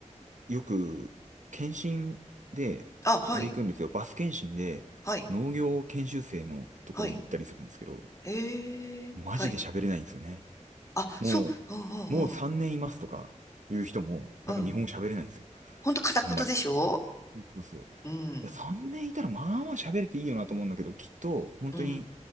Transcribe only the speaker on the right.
よく、検診で、
あれ行くんですよ。バス検診で、
農業研修生のところに行ったりするんですけど、
マジで喋れないんですよね。
も
う、もう3年いますとか、いう人も、
やっぱ日本語喋れないんですよ。
あんまり。そうそうそう。
や、3年いたらまあまあ喋れていいよなと思うんだけど、きっと、本当に、